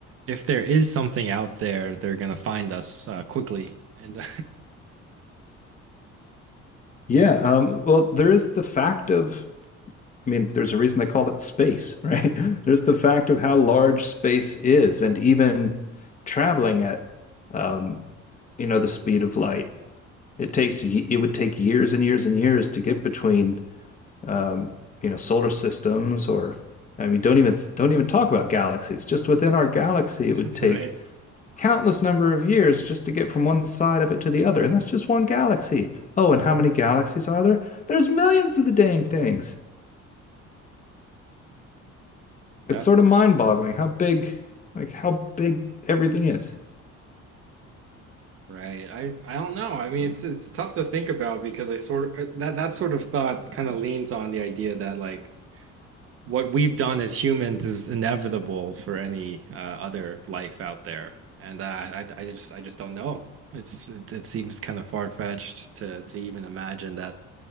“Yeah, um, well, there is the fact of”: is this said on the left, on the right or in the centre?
Left